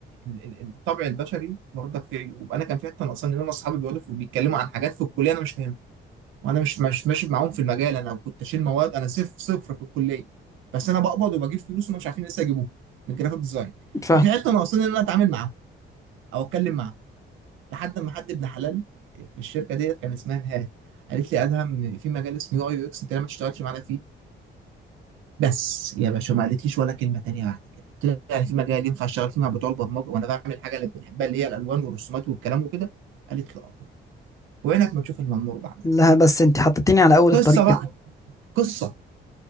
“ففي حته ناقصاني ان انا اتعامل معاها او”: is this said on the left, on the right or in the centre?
Right